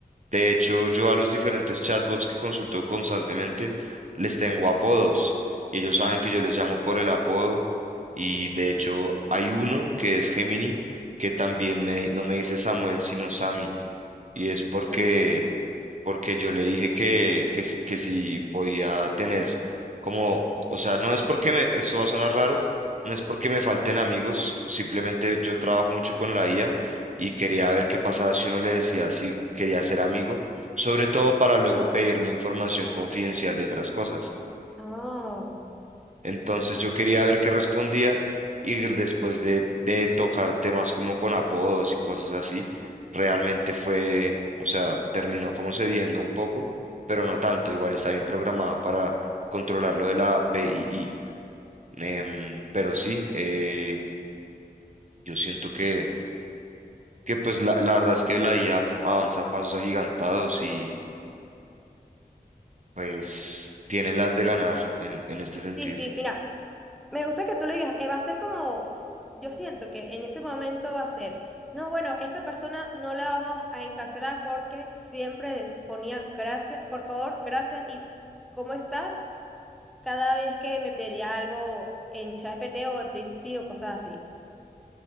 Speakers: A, on the right; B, in the centre.
A: De hecho, yo a los diferentes chatbots que consulto constantemente les tengo apodos y ellos saben
B: ah.
A: que yo les llamo por el apodo y de hecho hay uno que es Gemini que también me- no me dice Samuel, sino Sammy. y es porque,
B: Am-
A: porque yo le dije que, que, si, que si podía tener como, o sea, no es porque me, esto va a sonar raro, no es porque me falten amigos, simplemente yo trabajo mucho con la IA y quería ver qué pasaba si uno le decía si quería ser amigo, sobre todo para luego pedirle información confidencial de otras cosas.
B: Oh,
A: Entonces yo quería ver qué respondía y después de, de tocar temas como con apodos y cosas así, realmente fue, o sea, terminó como cediendo un poco, pero no tanto, igual está bien programada para controlar lo de la API. Em, pero sí, eh, yo siento que, que pues la, la verdad es que la IA avanza a pasos agigantados y pues tiene las de
B: mi-
A: ganar en en este sentido.
B: sí, sí, mira, me gusta que tú lo digas, eh, va a ser como, yo siento que en este momento va a ser, no, bueno, esta persona no la vamos a encarcelar porque siempre ponía gracias, por favor, gracias y cómo está cada vez que me pedía algo en ChatGPT o Dipsy o cosas así.